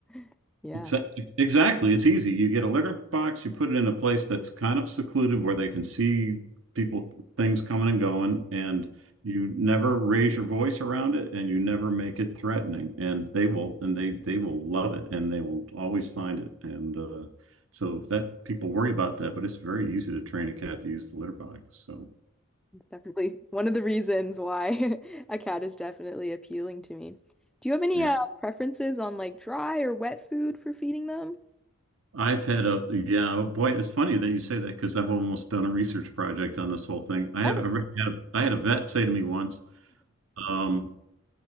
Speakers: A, in the centre; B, on the right.
A: <laughs> Yeah,
B: Exactly. Exactly. It's easy. You get a litter box, you put it in a place that's kind of secluded where they can see people, things coming and going, and you never raise your voice around it and you never make it threatening. And they will, and they they will love it and they will always find it. And uh, so that people worry about that, but it's very easy to train a cat to use the litter box. So
A: definitely one of the reasons why <laughs> a cat is definitely appealing to me. Do you have any
B: yeah,
A: uh, preferences on like dry or wet food for feeding them?
B: I've had a yeah, oh boy, it's funny that you say that because I've almost done a research project on this whole thing. I had
A: Oh,
B: I had a, I had a vet say to me once. Um,